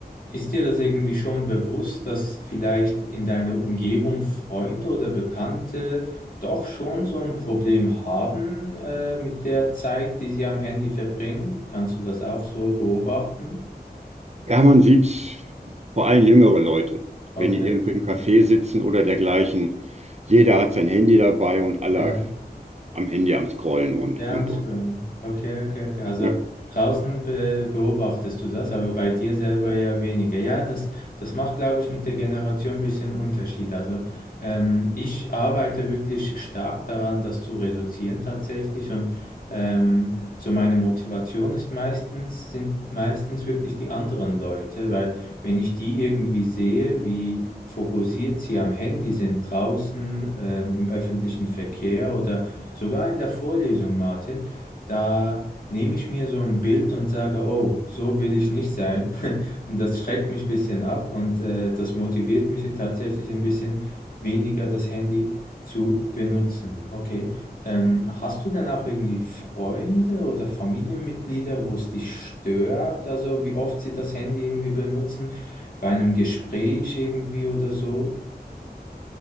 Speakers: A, on the left; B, on the right.
A: ist dir das irgendwie schon bewusst, dass vielleicht in deiner Umgebung Freunde oder Bekannte doch schon so ein Problem haben, äh, mit der Zeit, die sie am Handy verbringen? Kannst du das auch so beobachten?
B: Ja, man sieht vor allem jüngere Leute,
A: Okay,
B: wenn die irgendwo im
A: okay.
B: Café sitzen oder dergleichen. Jeder hat sein Handy dabei und alle
A: Ja.
B: am Handy am Scrollen und,
A: Ja,
B: und,
A: am Screen.
B: und.
A: Okay, okay, okay. Also
B: Ja,
A: draußen be beobachtest du das, aber bei dir selber ja weniger. Ja, das, das macht, glaube ich, mit der Generation ein bisschen Unterschied. Also ähm, ich arbeite wirklich stark daran, das zu reduzieren tatsächlich. Und ähm, so meine Motivation ist meistens, sind meistens wirklich die anderen Leute, weil wenn ich die irgendwie sehe, wie fokussiert sie am Handy sind draußen, ähm, im öffentlichen Verkehr oder Sogar in der Vorlesung, Martin, da nehme ich mir so ein Bild und sage, oh, so will ich nicht sein. <laughs> Und das schreckt mich ein bisschen ab und äh, das motiviert mich tatsächlich ein bisschen weniger das Handy zu benutzen. Okay. Ähm, hast du denn auch irgendwie Freunde oder Familienmitglieder, wo es dich stört? Also wie oft sie das Handy irgendwie benutzen? Bei einem Gespräch irgendwie oder so?